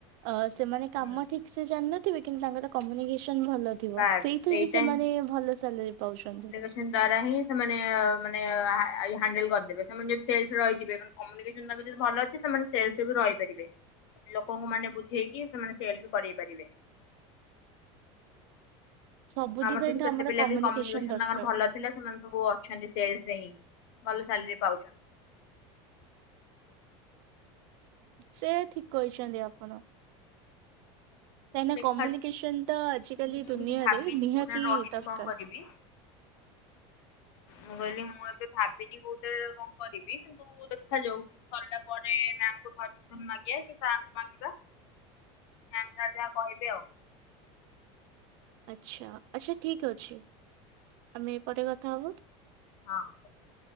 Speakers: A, on the right; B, on the left.
A: ଅ ସେମାନେ
B: ହୁଁ
A: କାମ ଠିକ ସେ ଜାନିନଥିବେ କିନ୍ତୁ ତାଙ୍କର କମ୍ୟୁନିକେସନ ଭଲ ଥିବ
B: ବାସ୍
A: ସେଇଥିରେ
B: ସେଇଟା
A: ବି ସେମାନେ ଭଲ ସାଲେରୀ ପାଉଛନ୍ତି।
B: ସେ ଦ୍ଵାରା ହିଁ ସେମାନେ ମାନେ ଆ ହେଣ୍ଡଲ କରିଦେବେ। ସେମାନେ ଯଦି ସେଲସ୍ ରେ ରହିଯିବେ କମ୍ୟୁନିକେସନ ଟା ଯଦି ଭଲ ଅଛି ସେମାନେ ସେଲସ୍ରେ ବି ରହିପାରିବେ। ଲୋକଙ୍କୁ ମାନେ ବୁଝେଇକି ସେମାନେ ସେଲ୍ପ କରେଇ ପାରିବେ।
A: ସବୁଥି
B: ଆମର ସେଠି
A: ପାଇଁ ତ
B: କେତେ ପିଲା
A: କମ୍ୟୁନିକେସନ
B: ବି କମ୍ୟୁନେସନ
A: ଦରକାର
B: ତାଙ୍କର ଭଲ ଥିଲା ସେମାନେ ସବୁ ଅଛନ୍ତି ସେଲସ ରେ ହିଁ ଭଲ ସାଲେରୀ ପାଉଛନ୍ତି।
A: ସେ ଠିକ କହିଛନ୍ତି ଆପଣ। କାହିଁକି
B: ତ
A: ନା
B: ଦେଖାଯାଉ
A: କମ୍ୟୁନିକେସନ ତ ଆଜିକାଲି
B: ମୁଁ ତାପରେ
A: ଦୁନିଆରେ
B: ବି ଭାବିନି
A: ନିହାତି
B: କୋଉଥିରେ ରହିବି
A: ଦରକାର।
B: କଣ କରିବି। ମୁଁ କହିଲି ମୁଁ ଏବେ ଭାବିନି କୋଉଟା କଣ କରିବି। ଦେଖାଯାଉ ସରିଲା ପରେ ମ୍ୟାମ କୁ ପାଟିସନ ମାଗିବା କି ସାରକୁ ମାଗିବା। ମ୍ୟାମ ଯାହା ଯାହା କହିବେ ଆଉ।
A: ଆଚ୍ଛା ଆଚ୍ଛା ଠିକ୍ ଅଛି ଆମେ ପରେ କଥା ହବା।
B: ହଁ। ହଁ।